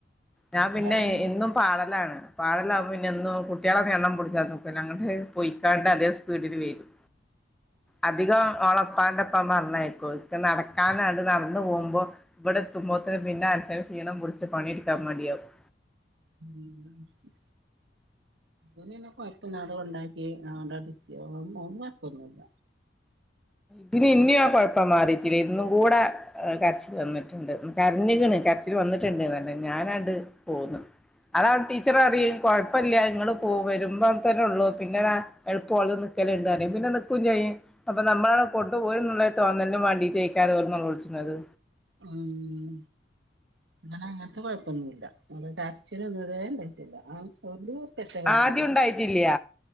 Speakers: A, in the centre; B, on the right (about 85°).
A: ഞാൻ
B: എല്ലാരും
A: പിന്നെ ഇന്നും പാടലാണ് പാടല. പിന്നെ ഒന്ന് കുട്ട്യേളൊക്കെ എണ്ണം പിടിച്ചാ നോക്കൂ അങ്ങട്ട് പൊയിക്കാണ്ട് അതേ സ്പീഡില് വരും. അധികം ഓളെ ഉപ്പാന്റെ ഒപ്പം പറഞ്ഞയ്ക്കൂ ഇക്ക് നടക്കാനാണ്. നടന്നു പോവുമ്പോ ഇവിടെ എത്തുമ്പോത്തിന് പിന്നെ മന്സന് സീണം പിടിച്ച് പണിടുക്കാൻ മടിയാകും.
B: മ്മ് മ്. ഓന് പിന്നെ കൊഴപ്പല്യാ അങ്ങട് കൊണ്ടാക്കി അവടങ്ങ് ഇരുത്തി ഓന് കൊഴപ്പൊന്നുല്ല.
A: ഇതിന് ഇന്നിയും ആ കൊഴപ്പം മാറി. കുട്ടില ഇന്നും കൂടെ കരച്ചിൽ വന്നിട്ടുണ്ട് കരഞ്ഞിക്ക്ണ് കരച്ചിൽ വന്നിട്ടുണ്ട്ന്നല്ല ഞാനാണ്ട്. പോന്ന് അതാണ് ടീച്ചർ പറയും കൊ ഴപ്പല്യ ഇങ്ങള് വെരുമ്പോ തന്നെള്ളൂ പിന്നെ എളുപ്പം ഓൽനിക്കലിണ്ടെന്ന് പറയും പിന്നെ നിക്കും ചെയും. അപ്പൊ നമ്മളാണ് കൊണ്ടുപോയ എന്നുള്ള തോന്നലും മണ്ടിട്ടേക്കാരം ഓൽ നെലൊളിച്ച്ണത്
B: ഉം അങ്ങന അങ്ങനത്തെ കുഴപ്പ മെന്നുമില്ല കരച്ചിൽ ഇതുവരെ ഉണ്ടായിട്ട്ല്ല <unintelligible> എത്തെ കരഞ്ഞു
A: ആദ്യം ഉണ്ടായിട്ടില്ല